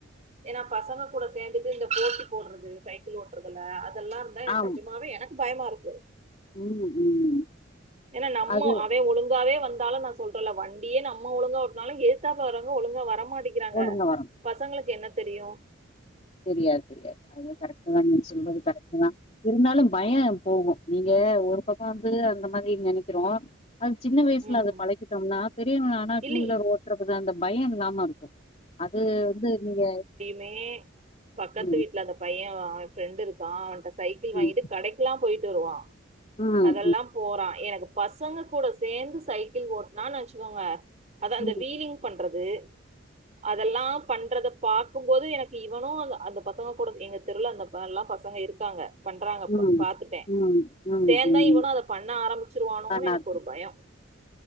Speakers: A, on the right; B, on the left.
A: ஏன்னா பசங்க கூட சேந்துட்டு இந்த போட்டி போடுறது சைக்கிள் ஓட்டுறதுல அதெல்லாந்தா எனக்கு
B: ஆம்
A: நஜமாவே எனக் பயமா இருக்கு
B: ம் ம்
A: ஏனா நம்ம
B: அது
A: அவ ஒழுங்காவே வந்தாலு நா சொல்றல வண்டியே நம்ம ஒழுங்கா ஓட்னாலு ஏத்தாப்ல வர்றவங்க ஒழுங்கா வர மாட்டேக்கிறாங்க
B: ஒழுங்கா வர
A: பசங்களுக்கு என்ன தெரியு
B: தெரியாது தெரியாது அது கரெக்டு தா நீங்க சொல்றது கரெக்டு தா இருந்தாலு பய போகு நீங்க ஒரு பக்க வந்து அந்த மாதிரி நெனைக்கிறோ அது சின்ன வயசுல
A: ம்.
B: அத பழக்கிட்டோம்னா பெரியவ ஆனா
A: இல்ல
B: டூ வீலர் ஓட்டுறது அந்த பயோ இல்லாம இருக்கு அது வந்து நீங்க
A: மே பக்கத்து
B: ம்
A: வீட்ல அந்த பைய அவ ஃப்ரெண்டு இருக்கா அவன்ட சைக்கிள் வாங்கிட்டு
B: ம்
A: கடைக் கெல்லா போயிட்டு வருவா
B: ம்
A: அதெல்லா போறா எனக் பசங்க கூட சேந்து சைக்கிள் ஓட்னான் வச்சுக்கோங்க அத அந்த
B: ம் ம்
A: வீலிங் பண்றது அதெல்லாம் பண்றத பாக்கும்போது எனக்கு இவனு அந்த அந்த பசங்க கூட எங்க தெருல அந்த எல்லா பசங்க இருக்காங்க பண்றாங்கப்ப
B: ம்
A: பாத்துட்டே
B: ம் ம்
A: சேந்தா
B: ம்
A: இவனு அத பண்ண ஆரம்பிச்சிருவானோனு
B: ஆனா
A: எனக்கு
B: அது
A: ஒரு பயோ